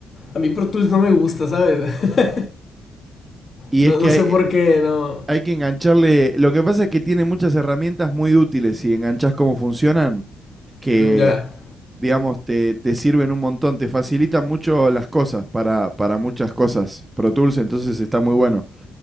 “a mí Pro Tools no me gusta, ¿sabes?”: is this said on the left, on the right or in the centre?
Left